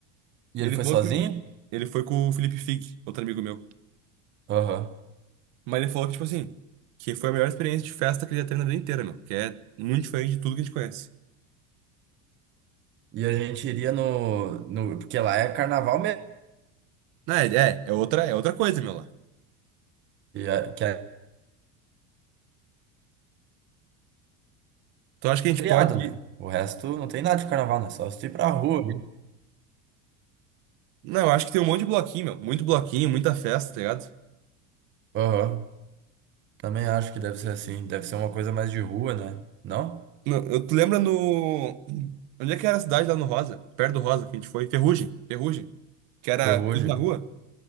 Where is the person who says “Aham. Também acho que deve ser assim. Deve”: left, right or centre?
Right